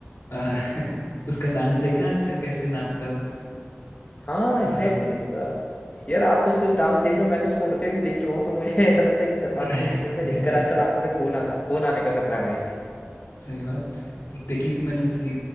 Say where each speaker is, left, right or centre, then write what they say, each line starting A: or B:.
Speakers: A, on the left; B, on the left.
A: अ, <laughs> उसका डांस देखा है आजकल कैसे नाचता है वो?
B: हाँ एग्जैक्टली
A: थोड़ा
B: exactly. यार आप तो सिर्फ डांस देख रहे हो मैं तो उसको उड़ते हुए भी देख चुका हूँ तो मुझे <laughs> ऐसा लगता है कि सलमान
A: <laughs>
B: खान की फिल्में देखकर आजकल आंखों से खून आता खून आने का खतरा है भाई
A: सही बात एक देखी थी मैंने उसकी